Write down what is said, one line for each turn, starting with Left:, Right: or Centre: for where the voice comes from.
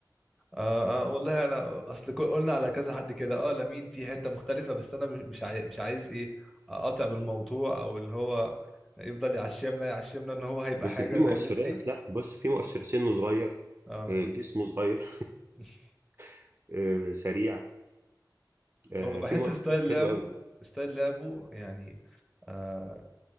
Centre: آه, آه والله انا اصل كو- قلنا على كذا حد كده اه لمين في حتة مختلفة بس انا مش عايز مش عايز ايه اقاطع بالموضوع او اللي هو يفضل يعشمنا يعشمنا ان هو هيبقى
Right: بس
Centre: حاجة
Right: في
Centre: زي
Right: مؤشرات
Centre: ميسي
Right: لا بص في مؤشر سنه صغير
Centre: اه
Right: آه، جسمه صغير
Centre: <laughs>
Right: <laughs> آه، سريع آه،
Centre: هو بحس
Right: في مؤشرات
Centre: ستايل
Right: حلوة
Centre: لعبه
Right: قوي
Centre: ستايل لعبه يعني آه